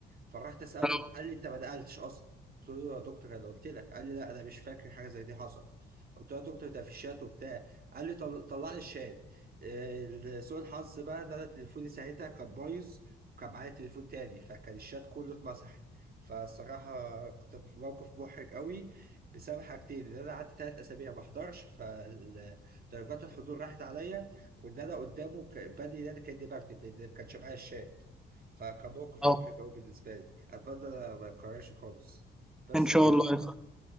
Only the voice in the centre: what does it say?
آه،
آه،
ان شاء
الله